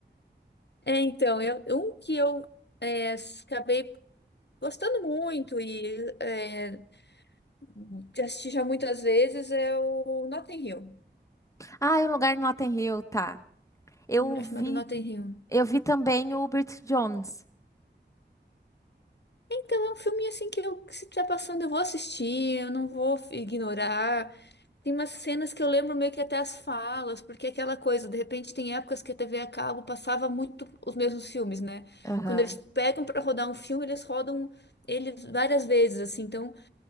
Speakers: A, on the left; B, on the left.
A: É, então, eu, um que eu é, acabei Gostando muito e é, de assistir já muitas vezes é o Notting Hill.
B: Ah, e o lugar no Notting Hill, tá. Eu
A: Um lugar
B: vi,
A: chamado Notting Hill.
B: eu vi também o Bridget Jones.
A: Então é um filme assim que eu, que se estiver passando, eu vou assistir, eu não vou f- ignorar. Tem umas cenas que eu lembro meio que até as falas, porque é aquela coisa, de repente tem épocas que a TV a cabo passava muito os mesmos filmes, né?
B: Aham.
A: Quando eles pegam para rodar um filme, eles rodam ele várias vezes, assim, então